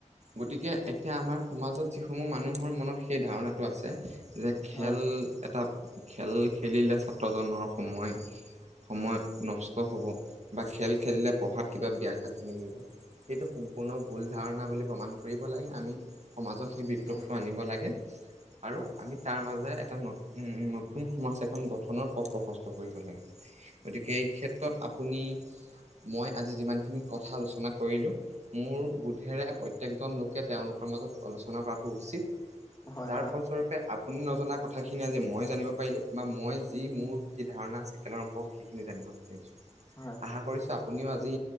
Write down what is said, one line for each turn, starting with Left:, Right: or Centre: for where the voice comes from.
Right: গতিকে এতিয়া আমাৰ সমাজত যিসমূহ মানুহৰ মনত সেই ধাৰণাটো আছে। যে, খেল
Left: হয়
Right: এটা খেল খেলিলে, ছাত্ৰজনৰ সময় সময় নষ্ট হ'ব বা খেল খেলিলে পঢ়াত কিবা ব্যাঘাত জনমিব। সেইটো সম্পূৰ্ণ ভুল ধাৰণা বুলি প্ৰমাণ কৰিব লাগে, আমি। সমাজত সেই বিপ্লৱটো
Left: হয় হয় হয় হয়
Right: আনিব লাগে আৰু
Left: হয়
Right: আমি তাৰ মাজে এটা নতুন উম, নতুন সমাজ এখন গঠনৰ পথ প্ৰশস্ত কৰিব লাগে। গতিকে এই ক্ষেত্ৰত আপুনি, মই আজি যিমানখিনি কথা আলোচনা কৰিলো। মোৰ বোধেৰে, প্ৰত্যয়েকজন লোকে তেওঁলোকৰ মাজত আলোচনা কৰাটো উচিত।
Left: হয় হয় হয়
Right: যাৰ
Left: হয়
Right: ফলস্বৰূপে, আপুনি নজনা কথাখিনি আজি মই জানিব পাৰিলো বা মই যি মোৰ, যি ধাৰণা আছে সেইখিনি জানিব পাৰিলো।
Left: হয় হয়
Right: আশা কৰিছোঁ আপুনিও, আজি